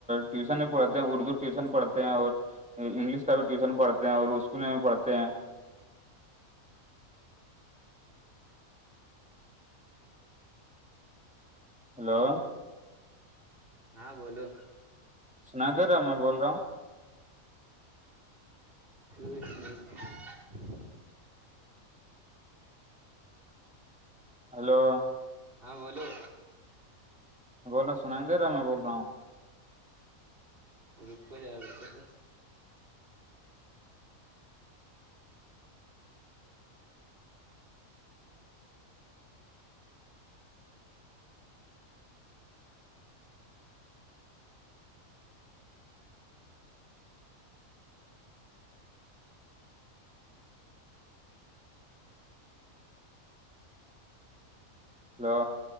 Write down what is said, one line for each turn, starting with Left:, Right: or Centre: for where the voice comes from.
Centre: ٹیوشن بھی پڑھتے ہیں اردو ٹیوشن پڑھتے ہیں اور انگلش کا بھی ٹیوشن پڑھتے ہیں اورر اسکول میں بھی پڑھتے ہیں ہلو
Right: ہاں بولو
Centre: سنادیےرہا م میں بول رہا ہوں
Right: بالکل <unintelligible>
Centre: ہلو
Right: ہاں بولو
Centre: بول رہے سنایی نہیں دے رہا میں بول رہا ہوں
Right: روکو زرا روکو تو
Centre: ہیلو